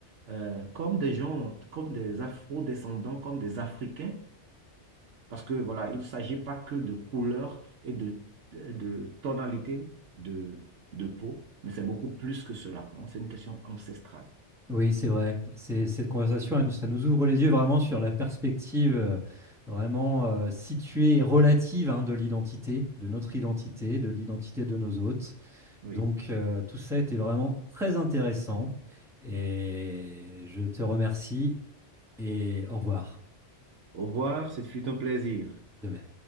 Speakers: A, on the right; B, in the centre.
A: euh, comme des gens, comme des Afro-descendants, comme des Africains, parce que voilà, il ne s'agit pas que de couleur et de, de tonalité de, de peau, mais c'est beaucoup plus que cela. hein. C'est une question ancestrale.
B: oui, c'est vrai. C'est, cette conversation, elle- ça nous ouvre les yeux vraiment sur la perspective euh, vraiment euh, située et relative hein, de l'identité, de notre identité, de l'identité de nos hôtes.
A: Oui.
B: Donc, euh, tout ça était vraiment très intéressant et je te remercie et au revoir
A: Au revoir, ce fut un plaisir.
B: de même.